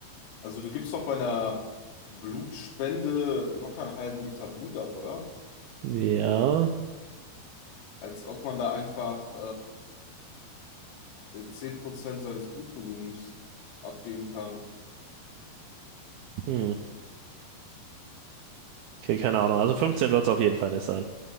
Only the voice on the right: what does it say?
Ja.
Hm. Okay, keine Ahnung. Also 15 wird es auf jeden Fall nicht sein.